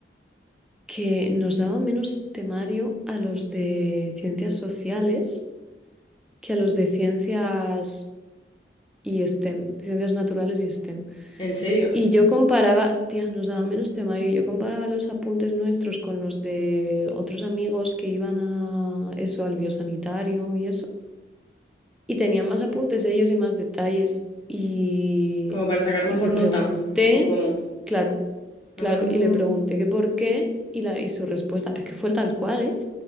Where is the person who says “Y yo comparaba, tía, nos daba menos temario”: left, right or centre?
Centre